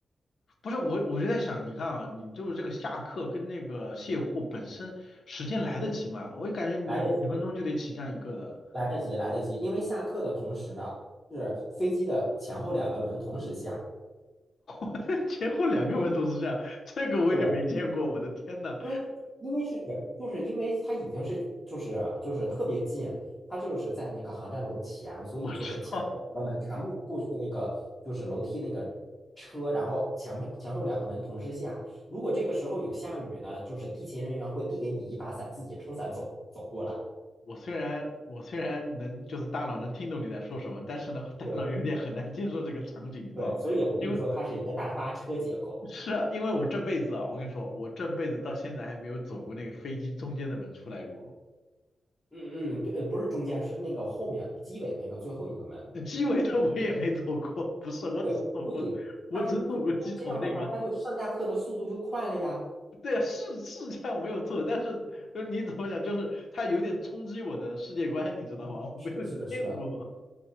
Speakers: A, on the left (about 70°); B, in the centre.
A: 不是我，我就在想，你看啊，你就是这个下课跟那个卸货本身时间来得及吗？我就感觉你就几分钟就得起降一个的，
B: 来得及，来得及，来得及，因为下客的同时啊，是飞机的前后两个门同时下。
A: <clears throat> 前后两个门都是这样，这个我也没见过，
B: 对，
A: 我的天呐，
B: 因为因为是就是因为它已经是就是就是特别近，它就是在那个航站楼前，所以就是前后两个门全部过去那个就是楼梯那个车，
A: 我知道，
B: 然后前面前后两个门同时下。如果这个时候有下雨呢，就是地勤人员会递给你一把伞，自己撑伞走走过来。
A: 我虽然我虽然能就是大脑能听懂你在说什么，但是呢，我大脑有点很难接受这个场景，
B: 对
A: 你知道吗？
B: 对，所以我跟你说，
A: 因为
B: 它是一个大巴车结构。
A: 是啊，因为我这辈子啊，我跟你说，我这辈子到现在还没有走过那个飞机中间的门出来过。
B: 嗯嗯，对，呃不是中间，是那个后面机尾那个最后一个门。
A: 鸡尾的我也没走过，不是，我只走过，
B: 对，所以它是这，
A: 我只走过鸡头那个。
B: 所以这样的话，它就上下课的速度就快了呀。
A: 对啊是是这样没有错，但是就你怎么讲，就是它有点冲击我的世界观，你知道吗？我没有见过，
B: 是的，是的，是的。